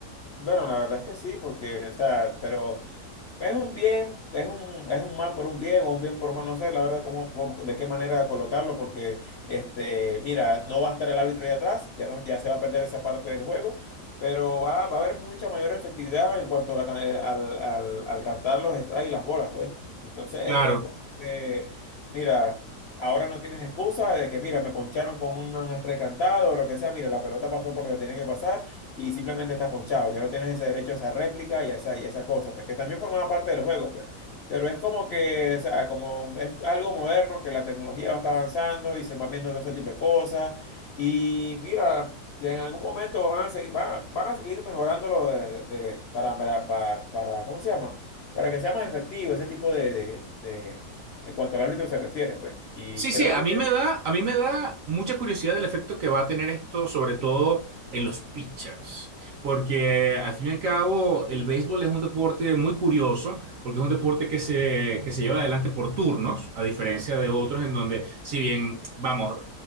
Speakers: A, on the left; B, on the right.
A: Bueno, la verdad es que sí, porque, o sea, pero Es un bien, es un, es un mal por un bien o un bien por un mal, no sé, la verdad, cómo, cómo- de qué manera colocarlo, porque, este, mira, no va a estar el árbitro ahí atrás, ya, no, ya se va a perder esa parte del juego, pero va, va a haber mucha mayor efectividad en cuanto a la can- eh, al, al, al cantar los strikes y las bolas, pues. Entonces,
B: Claro.
A: es como que, mira, ahora no tienes excusa de que, mira, me poncharon con un strike cantado o lo que sea, mira, la pelota pasó por donde tenía que pasar y simplemente estás ponchado. Ya no tienes ese derecho a esa réplica y a esa, y a esa cosa, pues que también formaba parte del juego, pues. Pero es como que, o sea, como es algo moderno, que la tecnología va está avanzando y se van viendo todo ese tipo de cosas. Y mira, y en algún momento van a seguir, van, van a seguir mejorándolo de- de- para, para, para, para- ¿cómo se llama? Para que sea más efectivo ese tipo de, de, de- en cuanto al árbitro se refiere, pues. Y
B: Sí,
A: creo
B: sí, a
A: que
B: mí me da, a mí me da mucha curiosidad el efecto que va a tener esto, sobre todo en los pitchers, porque al fin y al cabo el béisbol es un deporte muy curioso, porque es un deporte que se, que se lleva adelante por turnos, a diferencia de otros en donde, si bien, vamos,